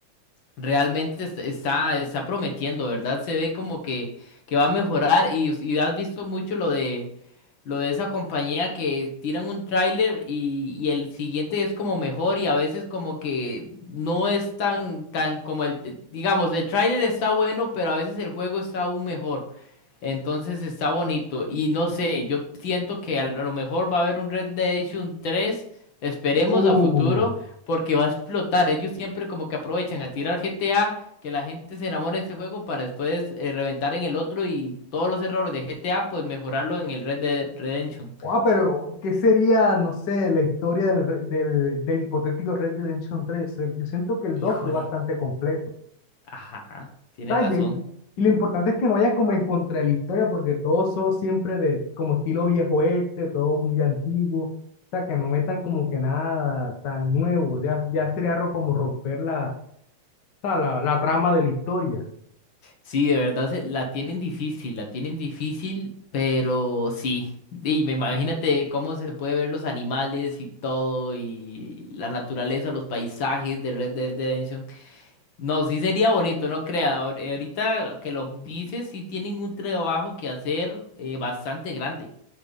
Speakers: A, on the left; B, on the left.
A: Realmente est- está, está prometiendo, ¿verdad? Se ve como que, que va a mejorar y, y has visto mucho lo de lo de esa compañía que tiran un tráiler y, y el siguiente es como mejor y a veces como que no es tan, tan como el, digamos, el tráiler está bueno, pero a veces el juego está aún mejor. Entonces está bonito. Y no sé, yo siento que al- a lo mejor va a haber un Red Dead Redemption tres, Esperemos
B: Uh,
A: a futuro, porque va a explotar. Ellos siempre como que aprovechan a tirar GTA, que la gente se enamore de este juego para después eh, reventar en el otro y todos los errores de GTA, pues mejorarlo en el Red Dead Redemption.
B: ah, pero ¿qué sería, no sé, la historia del, re- del, del hipotético Red Dead Redemption tres Eh, Yo siento que el
A: Híjole,
B: 2 fue bastante completo.
A: ajá, tiene
B: detalles.
A: razón.
B: Y lo importante es que no vayas como en contra de la historia, porque todos son siempre de como estilo viejo este, todo muy antiguo. O sea, que no metan como que nada tan nuevo. Ya, ya sería ro- como romper la, o sea, la, la trama de la historia.
A: Sí, de verdad se- la tienen difícil, la tienen difícil, pero sí. Y me imagínate cómo se puede ver los animales y todo, y la naturaleza, los paisajes de Red Dead Redemption. No, sí sería bonito, no crea. ahor- eh, Ahorita que lo dices, sí tienen un trabajo que hacer eh, bastante grande.